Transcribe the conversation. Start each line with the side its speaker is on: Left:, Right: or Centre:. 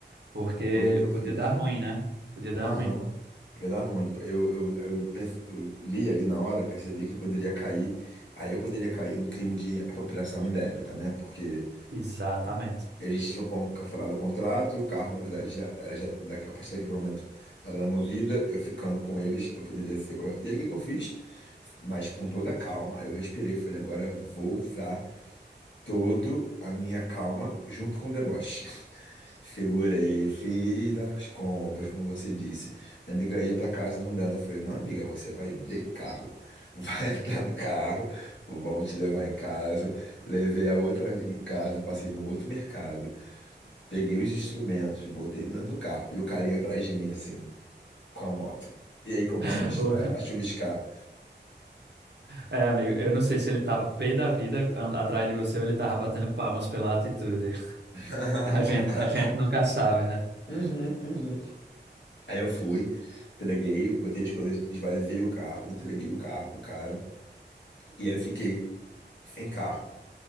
Right: Porque
Left: Foi o que eu fiz.
Right: podia dar ruim, né? Podia dar
Left: Aham.
Right: ruim.
Left: Podia dar ruim. Eu, eu, eu, perce- eu li ali na hora, percebi que eu poderia cair. Aí eu poderia cair num crime de apropriação indébita, né? Porque
Right: Exatamente.
Left: Eles tinham con- cancelado o contrato e o carro, na verdade, já, era já daqui- a partir daquele momento era da Movida. Eu ficando com eles, eu poderia ser. colo- E aí, o que que eu fiz? Mas com toda a calma. Aí eu respirei, e falei: agora eu vou usar toda a minha calma junto com o deboche. <laughs> Segurei, fiz as compras, como você disse. Minha amiga ia para casa andando. Eu falei: não, amiga, você vai de carro. Vai <laughs> entrar no carro, vão te levar em casa. Levei a outra amiga em casa, passei no outro mercado. Peguei os instrumentos, botei dentro do carro e o carinha atrás de mim, assim, com a moto. E aí começou
Right: <laughs>
Left: a, chu-
Right: O-
Left: a chuviscar.
Right: É, amigo, eu não sei se ele tava pé da vida an- atrás de você ou ele tava batendo palmas pela atitude. <laughs>
Left: <laughs>
Right: A gente, a gente nunca sabe, né?
Left: Uhum, uhum. Aí eu fui, entreguei, botei as coisas, esvaziei o carro, entreguei o carro pro cara. E aí eu fiquei sem carro,